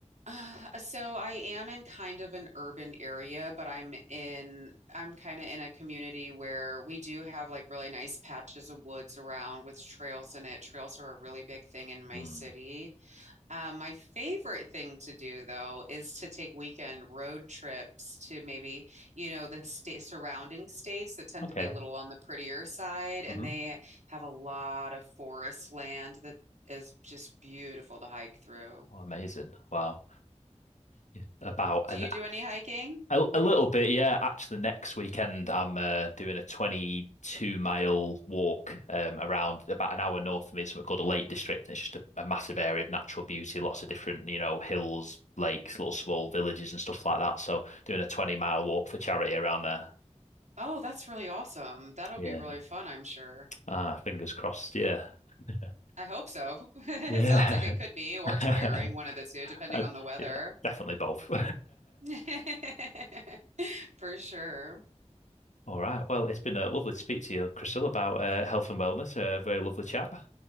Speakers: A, on the right (about 75°); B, on the left (about 80°).
A: Uh, so I am in kind of an urban area, but I'm in I'm kind of in a community where we do have like really nice patches of woods around with trails in it. Trails are a really big thing in my
B: hmm
A: city. Um, my favorite thing to do though is to take weekend road trips to maybe, you know, the state surrounding states that tend
B: Okay.
A: to be a little on the prettier side, and
B: hmm
A: they have a lot of forest land that is just beautiful to hike through.
B: Oh, amazing. Wow. Yeah. About
A: Do
B: an
A: you do any hiking?
B: A, a little bit, yeah. Actually, next weekend I'm uh, doing a 22 mile walk um, around about an hour north of me, something called the Lake District. And it's just a, a massive area of natural beauty, lots of different, you know, hills, lakes, little small villages and stuff like that. So doing a 20 mile walk for charity around there.
A: Oh, that's really awesome. That'll
B: Yeah.
A: be really fun, I'm sure.
B: Ah, fingers crossed. Yeah. <laughs>
A: I hope so. <laughs> It
B: Yeah.
A: sounds like it could
B: <laughs>
A: be, or
B: Uh,
A: tiring, one of the two, depending on the weather.
B: yeah, definitely both. <laughs>
A: <laughs> For sure.
B: All right. Well, it's been uh, lovely to speak to you, Crystal, about uh, health and wellness. Uh, very lovely chat.